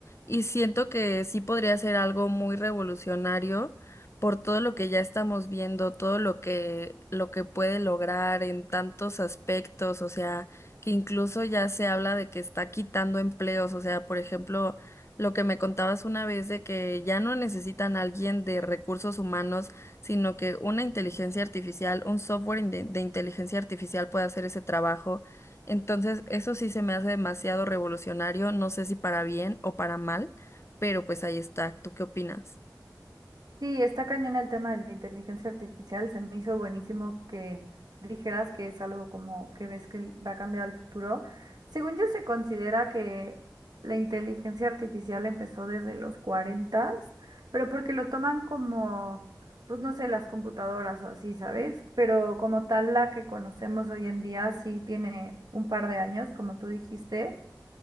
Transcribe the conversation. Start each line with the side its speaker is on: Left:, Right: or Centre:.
Left: y siento que sí podría ser algo muy revolucionario por todo lo que ya estamos viendo, todo lo que lo que puede lograr en tantos aspectos, o sea, que incluso ya se habla de que está quitando empleos, o sea, por ejemplo, lo que me contabas una vez de que ya no necesitan a alguien de recursos humanos sino que una inteligencia artificial, un software inde- de, inteligencia artificial puede hacer ese trabajo. Entonces, eso sí se me hace demasiado revolucionario, no sé si para bien o para mal, pero pues ahí está. ¿Tú qué opinas?
Right: Sí, está cañón el tema de la inteligencia artificial. Se me hizo buenísimo que dijeras que es algo como que ves que va a cambiar el futuro. Según yo, se considera que la inteligencia artificial empezó desde los 40, pero porque lo toman como, pues no sé, las computadoras o así, ¿sabes? Pero como tal, la que conocemos hoy en día sí tiene un par de años, como tú dijiste.